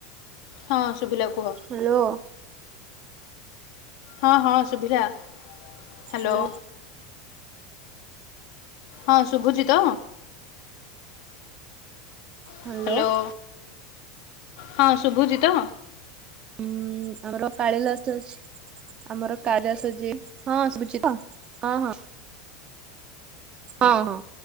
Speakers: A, on the left; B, on the right.
A: ହଁ ଶୁଭିଲା କୁହ?
B: ହ୍ୟାଲୋ
A: ହଁ ହଁ ସୁଭିଲା ହ୍ୟାଲୋ।
B: ହ୍ୟାଲୋ
A: ହଁ ଶୁଭୁଜି ତ?
B: ହେଲୋ।
A: ହ୍ୟାଲୋ ହଁ ଶୁଭୁଚି ତ?
B: ହୁଁ ଆମର କାଳିଦାସ୍ ଅଛି। ଆମର କାଳିଦାସ ଯିଏ, ହଁ ସୁଭୂଚି ତ ହଁ ହଁ। ହଁ ହଁ,